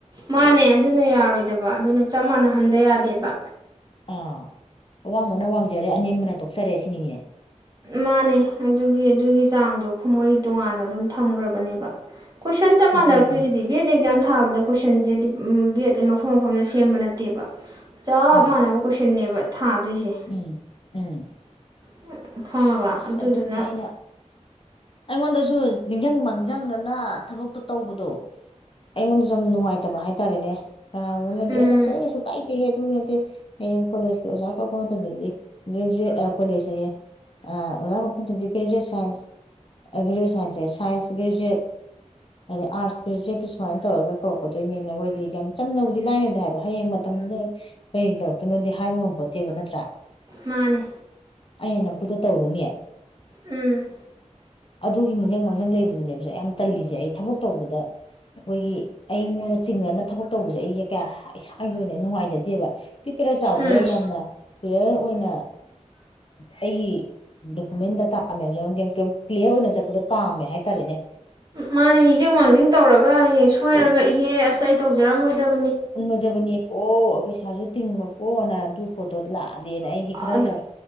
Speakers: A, on the right (about 35°); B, on the left (about 45°).
A: ꯃꯥꯅꯦ ꯑꯗꯨꯅ ꯌꯥꯔꯣꯏꯗꯕ ꯑꯗꯨꯅ ꯆꯞ ꯃꯥꯟꯅꯍꯟꯗ ꯌꯥꯗꯦꯕ
B: ꯑꯥ ꯑꯋꯥꯡꯕꯅ ꯋꯥꯡꯖꯔꯦ ꯑꯅꯦꯝꯕꯅ ꯇꯣꯛꯆꯔꯦ ꯁꯤꯅꯤꯅꯦ
A: ꯃꯥꯅꯦ ꯑꯗꯨꯒꯤ ꯑꯗꯨꯒꯤ ꯆꯥꯡꯗꯣ ꯈꯨꯃꫭꯏꯒꯤ ꯇꯣꯉꯥꯟꯅ ꯑꯗꯨꯝ ꯊꯝꯈ꯭ꯔꯕꯅꯦꯕ ꯀꯣꯏꯁꯟ ꯆꯞ
B: ꯑꯗꯨꯅꯤꯅꯦ
A: ꯃꯥꯟꯅꯔꯛꯇꯣꯏꯁꯤꯗꯤ ꯕꯤ ꯑꯦꯠ ꯑꯦꯛꯖꯥꯝ ꯊꯥꯕꯗ ꯀꯣꯏꯁꯟꯁꯦ ꯗꯤ ꯎꯝ ꯕꯤ ꯑꯦꯠ ꯎꯝ ꯃꯐꯝ ꯃꯐꯝꯗ ꯁꯦꯝꯕ ꯅꯠꯇꯦꯕ ꯆꯞ
B: ꯎꯝ
A: ꯃꯥꯟꯅꯕ ꯀꯣꯏꯁꯟꯅꯦꯕ ꯊꯥꯗꯣꯏꯁꯦ
B: ꯎꯝ ꯎꯝ
A: <unintelligible> ꯈꯪꯉꯕ
B: ꯑꯁ
A: ꯑꯗꯨꯗꯨꯅ
B: ꯑꯗꯨꯅꯦ ꯑꯩꯅ ꯑꯩꯉꯣꯟꯗꯁꯨ ꯅꯤꯡꯁꯤꯡ ꯃꯥꯡꯖꯪꯅꯅ ꯊꯕꯛꯇꯣ ꯇꯧꯕꯗꯣ ꯑꯩꯉꯣꯟꯗꯁꯨ ꯌꯥꯝ ꯅꯨꯡꯉꯥꯏꯇꯕ ꯍꯥꯏꯇꯥꯔꯦꯅꯦ ꯀꯅꯥꯒꯨꯝꯕꯅꯗꯤ
A: ꯎꯝ
B: ꯑꯁꯛ ꯀꯩꯁꯨ ꯀꯥꯏꯗꯦ ꯏ ꯍꯦ ꯑꯗꯨꯒꯤ ꯅꯠꯇꯦ ꯍꯌꯦꯡ ꯀꯣꯂꯦꯖꯀꯤ ꯑꯣꯖꯥ ꯀꯧꯔꯛꯄ ꯃꯇꯝꯗꯗꯤ ꯒ꯭ꯔꯦꯖꯨꯑꯦꯠ ꯑ ꯀꯣꯂꯦꯖꯁꯑꯌꯦ ꯑ ꯑꯣꯖꯥ ꯀꯧꯔꯛꯄ ꯃꯇꯝꯗꯗꯤ ꯒ꯭ꯔꯦꯖꯨꯑꯦꯠ ꯁꯥꯏꯟꯁ ꯑꯩꯒ꯭ꯔꯦꯖꯋ ꯁꯥꯏꯟꯁꯦ ꯁꯥꯏꯟꯁ ꯒ꯭ꯔꯦꯖꯨꯋꯦꯠ ꯑꯗ ꯑꯥꯔꯠꯁ ꯒ꯭ꯔꯦꯖꯨꯋꯌꯦꯠꯇ ꯁꯨꯃꯥꯏꯅ ꯇꯧꯔꯒ ꯀꯧꯔꯛꯀꯗꯣꯏꯅꯦꯅ ꯋꯥꯏꯗꯤ ꯌꯥꯝ ꯆꯝꯅꯕꯨꯗꯤ ꯂꯥꯏꯅꯕꯗꯤ ꯍꯥꯏꯕ ꯍꯌꯦꯡ ꯃꯇꯝꯗꯨꯗ ꯀꯔꯤ ꯇꯧꯔꯛꯇꯣꯏꯅꯣꯗꯤ ꯍꯥꯏꯕ ꯉꯝꯄꯣꯠꯇꯦꯕ ꯅꯠꯇ꯭ꯔꯥ
A: ꯃꯥꯅꯦ
B: ꯑꯩꯅ ꯅꯐꯨꯗ ꯇꯧꯔꯨꯅꯤ
A: ꯎꯝ
B: ꯑꯗꯨꯒꯤ ꯅꯤꯡꯖ ꯃꯥꯡꯖꯪ ꯂꯩꯕꯗꯨꯅꯦꯕꯁꯦ ꯌꯥꯝ ꯇꯜꯂꯤꯁꯦ ꯑꯩ ꯊꯕꯛ ꯇꯧꯕꯗ ꯑꯩꯈꯣꯏꯒꯤ ꯑꯩꯉꯣꯟꯗ ꯆꯤꯡꯅꯅ ꯊꯕꯛ ꯇꯧꯕꯁꯦ ꯑꯩꯁꯦ ꯀꯌꯥ ꯏꯁꯥꯒꯤ ꯑꯣꯏꯅ ꯑꯩ ꯅꯨꯡꯉꯥꯏꯖꯗꯦꯕ ꯄꯤꯛꯀꯦꯔꯥ ꯆꯥꯎꯒꯦꯔꯥ
A: ꯎꯝ
B: ꯌꯥꯝꯅ ꯀ꯭ꯂꯤꯌꯥꯔ ꯑꯣꯏꯅ ꯑꯩꯒꯤ ꯗꯣꯀꯨꯃꯦꯟ ꯗꯇꯥ ꯃꯌꯥꯝ ꯂꯩꯎꯔꯝꯒꯦ <unintelligible> ꯀ꯭ꯂꯤꯌꯥꯔ ꯑꯣꯏꯅ ꯆꯠꯄꯗ ꯄꯥꯝꯃꯦ ꯍꯥꯏꯇꯥꯔꯦꯅꯦ
A: ꯃꯥꯅꯦ ꯏꯖꯤꯡ ꯃꯥꯡꯖꯤꯡ ꯇꯧꯔꯒ ꯍꯌꯦꯡ ꯁꯣꯏꯔꯒ ꯏꯍꯦ ꯑꯁ ꯑꯩ ꯇꯧꯖꯔꯝꯃꯣꯏꯗꯕ
B: ꯎꯃꯣꯏꯗꯕꯨꯅꯤ ꯀꯣ ꯄꯩꯁꯥꯖꯨ ꯇꯤꯡꯃ ꯀꯣꯅ ꯄꯣꯠꯇꯣ ꯂꯥꯛꯑꯗꯦꯅ ꯑꯩꯗꯤ ꯈꯔꯒ
A: ꯑꯗꯨ